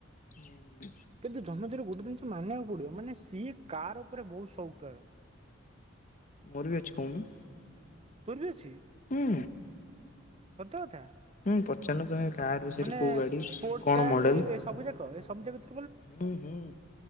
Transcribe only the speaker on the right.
କିନ୍ତୁ ଜନ୍ମେଜୟର ଗୋଟେ ଜିନିଷ ମାନିବାକୁ ପଡିବ, ମାନେ ସିଏ କାର ଉପରେ ବହୁତ ସଉକ ତାର।
ତୋର ବି ଅଛି?
ସତକଥା?
ମାନେ
ସ୍ପୋର୍ଟ
କାର
ଏ ସବୁ ଯାକ ଏ ସବୁ ଯାକ ତ